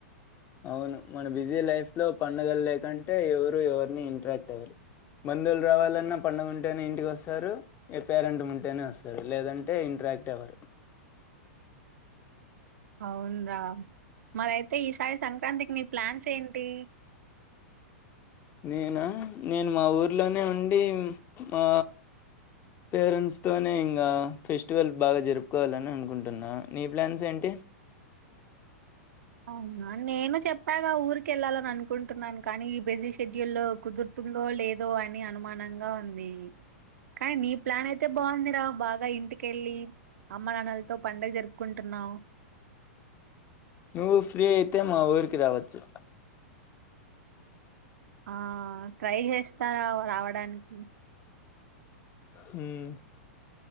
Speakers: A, on the left; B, on the right.
A: అవును మన బిజీ లైఫ్లో పండుగలు లేకుంటే ఎవరు ఎవరిని ఇంట్రాక్ట్ అవ్వరు బంధువులు రావాలన్నా పండుగ ఉంటేనే ఇంటికి వస్తారు ఏ పే <unintelligible> రెంటం ఉంటేనే వస్తారు లేదంటే ఇంట్రాక్ట్ అవ్వరు
B: అవున్రా మరయితే ఈసారి సంక్రాంతికి మీ ప్లాన్స్ ఏంటి
A: నేను నేను మా ఊర్లోనే ఉండి మా పేరెంట్స్ తోనే ఇంకా ఫెస్టివల్ బాగా జరుపుకోవాలని అనుకుంటున్నా నీ ప్లాన్స్ ఏంటి
B: అవునా నేను చెప్పాగా ఊరికి వెళ్ళాలని అనుకుంటున్నాను కానీ బిజీ షెడ్యూల్ కుదురుతుందో లేదో అని అనుమానంగా ఉంది కానీ నీ ప్లాన్ అయితే బాగుందిరా బాగా ఇంటికెళ్ళి అమ్మ నాన్నలతో పండుగ జరుపుకుంటున్నావు
A: నువ్వు ఫ్రీ అయితే మా ఊరికి రావచ్చు
B: ఆ ట్రై చేస్తారా రావడానికి
A: హ్మ్